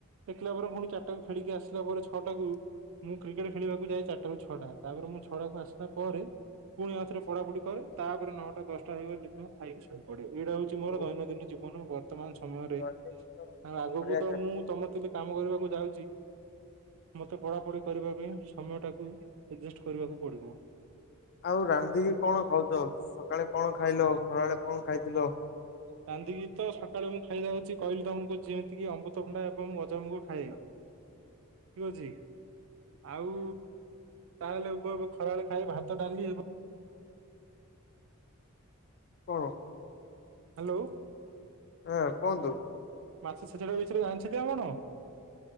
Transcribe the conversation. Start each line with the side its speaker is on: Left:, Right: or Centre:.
Right: ଦେଖିଲା ପରେ ପୁଣି ଚାରିଟାକୁ ଖେଳିକି ଆସିଲା ପରେ ଛଅଟାକୁ ମୁଁ କ୍ରିକେଟ ଖେଳିବାକୁ ଯାଏ ଚାରିଟାରୁ ଛଅଟା ତାପରେ ମୁଁ ଛଅଟାକୁ ଆସିଲା ପରେ ପୁଣି ଆଥରେ ପଢାପଢି କରେ ତାପରେ ନଅଟା ଦଶଟା ହେଇଗଲେ ମୁଁ ଖାଇକି ଶୁଇ ପଡେ ଏଇଟା ହଉଛି ମୋର
Left: ଓ
Right: ଦୈନନ୍ଦିନ ଜୀବ ନ ବର୍ତ୍ତମାନ ସମୟରେ
Left: ଦୈନନ୍ଦିନ ଜୀବନ
Right: ଆଉ ଆଗକୁ
Left: ବଢିଆ
Right: ତ
Left: ଚାଲିଛି
Right: ମୁଁ ତମ ଥିଲେ କାମ କରିବାକୁ ଯାଉଛି। ମୋତେ ପଢ଼ାପଢ଼ି କରିବା ପାଇଁ ସମୟଟାକୁ ଆଡ଼ଜଷ୍ଟ କରିବାକୁ ପଡ଼ିବ‌।
Left: ଆଉ ରାନ୍ଧିକି କଣ ଖାଉଛ ସକାଳେ କଣ ଖାଇଲ ଖରା ବଳେ କଣ ଖାଇଥିଲ।
Right: ରାନ୍ଧିକି ତ ସକାଳେ ମୁଁ ଖାଇ ଯାଉଛି କହିଲି ତମକୁ ଯେମିତିକି ଅମୃତଭଣ୍ଡା ଏବଂ ଗଜାମୁଗ ଖାଏ। ଠିକ୍ ଅଛି। ଆଉ ତାହେଲେ କହିବ ଖରାବେଳେ ଖାଲି ଭାତ ଡାଲି ଏବଂ
Left: ହଁ।
Right: ହାଲୋ।
Left: ହାଁ କୁହନ୍ତୁ।
Right: ମାଛ ଛେଚେଡା ବିଷୟରେ ଜାଣିଛନ୍ତି ଆପଣ?